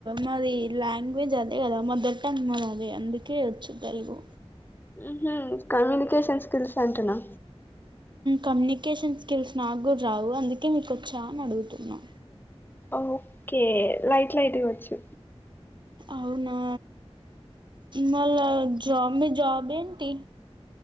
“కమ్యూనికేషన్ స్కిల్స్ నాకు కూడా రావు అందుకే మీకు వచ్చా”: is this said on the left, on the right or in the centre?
Right